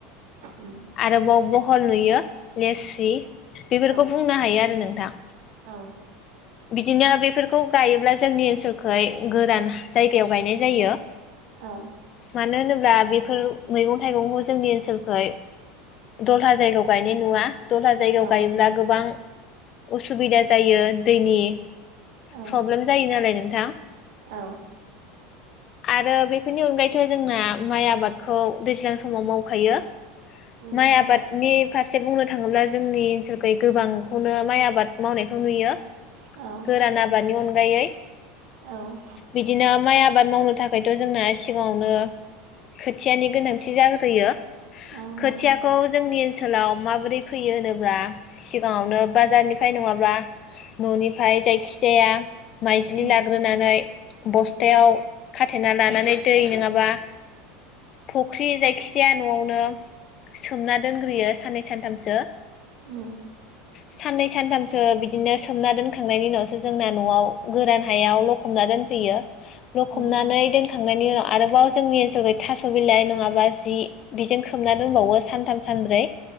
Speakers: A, on the right; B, on the left.
A: उम
B: आरोबाव बहल नुयो लेस्रि बेफोरखौ
A: औ
B: बुंनो हायो आरो नोंथां।
A: औ
B: बिदिनो बेफोरखौ गायोब्ला जोंनि ओनसोलखै गोरान जायगायाव गायनाय जायो
A: औ
B: मानो होनोब्ला बेफोर मैगं थाइगंखौ जोंनि ओनसोलखै दलहा जायगायाव गायनाय नुवा। दलहा जायगायाव
A: औ
B: गायोब्ला गोबां उसुबिदा जायो। दैनि
A: औ
B: प्रब्लेम जायो नालाय नोंथां।
A: औ
B: आरो बे फोरनि अनगायैथ' जोंना माइ आबादखौ दैज्लां समाव मावखायो।
A: उम
B: माइ
A: नंगौ
B: आबादनि फारसे बुंनो थाङोब्ला जोंनि ओनसोलखै गोबांखौनो माइ आबाद मावनाय खो नुयो
A: औ
B: गोरान आबादनि अनगायै
A: औ
B: बिदिनो माइ आ बाद मावनो थाखायथ' जोंना सिगाङावनो खोथियानि गोनांथि जाग्रोयो।
A: औ
B: खोथियाखौ
A: नंगौ
B: जोंनि ओनसोलाव माबोरै फैयो होनोब्ला सिगाङावनो बाजारनिफ्राय नङाब्ला न'निफ्राय जायखि जाया माइज्लि
A: उम
B: लाग्रोनानै बस्थायाव
A: उम
B: खाथेना लानानै दै नङाबा फुख्रि जायखिजाया न'आवनो सोमना दोनग्रोयो साननै सानथामसो
A: उम
B: साननै सानथामसो बिदिनो सोमना दोनखांनायनि उनावसो जोंना न'आव गोरान हायाव लखबना दोनफैयो लखबनानै
A: उम
B: दोनखांनायनि उनाव आरोबाव जोंनि ओनसोलखै थास' बिलाइ नङाबा जि बिजों खोबना दोनबावो सानथाम सानब्रै